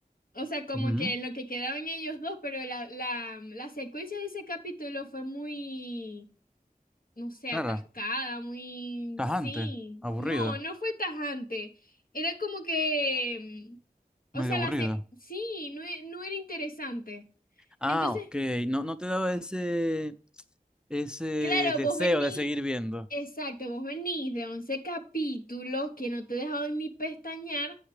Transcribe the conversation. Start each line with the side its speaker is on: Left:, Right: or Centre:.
Left: o sea, como
Centre: Ujú.
Left: que en lo que quedaban ellos dos, pero la, la, la secuencia de ese capítulo fue muy... no sé,
Centre: Clara,
Left: atascada, muy...
Centre: tajante,
Left: Sí,
Centre: aburrida,
Left: no, no fue tajante. Era como que... mm,
Centre: medio
Left: O sea,
Centre: aburrida.
Left: la se- sí, no, e- no era interesante.
Centre: Ah,
Left: Entonces,
Centre: ok, no, no te daba ese, ese
Left: claro,
Centre: deseo
Left: vos venís...
Centre: de seguir viendo.
Left: Exacto, vos venís de 11 capítulos que no te dejaban ni pestañear